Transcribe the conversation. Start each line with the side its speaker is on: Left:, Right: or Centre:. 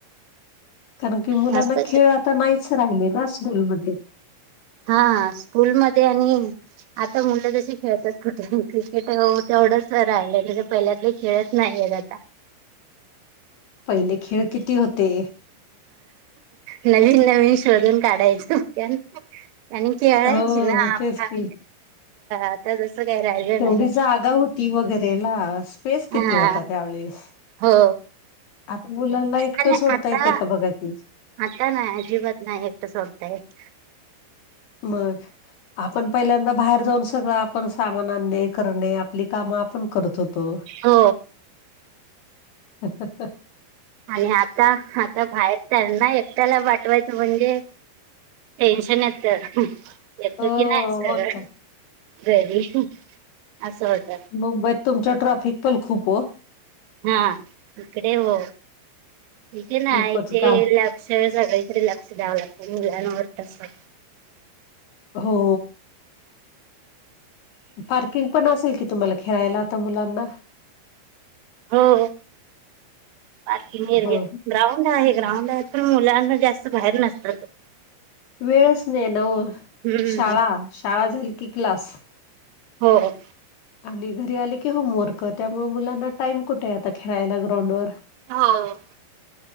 Left: कारण की मुलांना
Right: मस्त
Left: खेळ आता नाहीच राहिले ना स्कूलमध्ये.
Right: हा स्कूलमध्ये आणि आता मुलं तशी खेळतात कुठे क्रिकेट तेवढंच राहिलंय त पहिल्यातले खेळत नाही मग आता.
Left: पहिले खेळ किती होते?
Right: नवीन नवीन शोधून काढायचं आणि खेळायची
Left: हो
Right: ना
Left: तेच
Right: <unintelligible>
Left: की
Right: आता जसं काही राहिलं
Left: तेवढी
Right: नाही
Left: जागा होती वगैरेला स्पेस किती
Right: हा
Left: होता त्यावेळेस
Right: हो
Left: आता मुलांना एकटं
Right: आणि
Left: सोडता
Right: आता
Left: येते का बघा की?
Right: आता ना अजिबात नाही एकट सोडता येतं.
Left: मग आपण पहिल्यांदा बाहेर जाऊन सगळं आपण सामान आणणे, करणे आपली कामं आपण करत होतो.
Right: हो
Left: तर हाहाहा
Right: आणि आता आता बाहेर तर ना एकट्याला पाठवायचं म्हणजे टेन्शन येत. येतो
Left: हो
Right: की नाही सरळ.
Left: मग काय
Right: घरी असं होत.
Left: मुंबईत तुमच्या ट्राफिक पण खूप हो
Right: हा इकडे हो. इथे ना
Left: खूपच
Right: इथे
Left: का
Right: शेजारी असले तरी लक्ष द्याव लागतंय मुलांवर.
Left: हो. पार्किंग पण असेल कि तुम्हाला खेळायला आता मुलांना.
Right: हो पार्किंग एरिया.
Left: हो
Right: ग्राउंड आहे ग्राउंड आहे पण मुलांना जास्त बाहेर नसतात.
Left: वेळच नाही ना ओ
Right: हम्म
Left: शाळा, शाळा झाली की क्लास.
Right: हो.
Left: आणि घरी आले की होमवर्क त्यामुळ मुलांना टाइम कुठे आहे आता खेळायला ग्राउंडवर.
Right: हो.